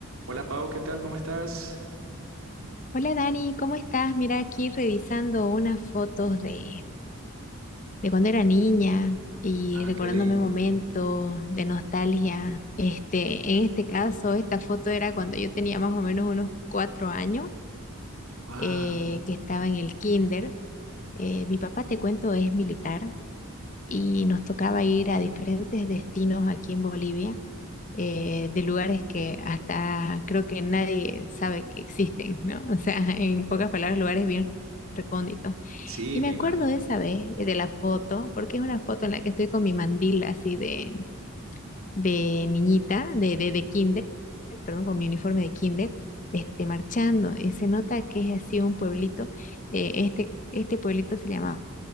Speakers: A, on the right (about 65°); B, on the left (about 35°).
A: Hola Pau, ¿qué tal? ¿Cómo estás?
B: Hola Dani, ¿cómo estás? Mira, aquí revisando unas fotos de, de cuando era niña y
A: Ah,
B: recordándome
A: qué lindo.
B: momentos de nostalgia. Este, en este caso, esta foto era cuando yo tenía más o menos unos cuatro años,
A: Wow,
B: eh, que estaba en el kinder. Eh, mi papá, te cuento, es militar y nos tocaba ir a diferentes destinos aquí en Bolivia, eh, de lugares que hasta creo que nadie sabe que existen, ¿no? <laughs> O sea, en pocas palabras, lugares bien recónditos.
A: sí,
B: Y me
A: me
B: acuerdo
A: imagino.
B: de esa vez, eh, de la foto, porque es una foto en la que estoy con mi mandil así de, de niñita, de, de, de kinder, perdón, con mi uniforme de kinder, este, marchando. Y se nota que es así un pueblito. eh, este, este pueblito se llamaba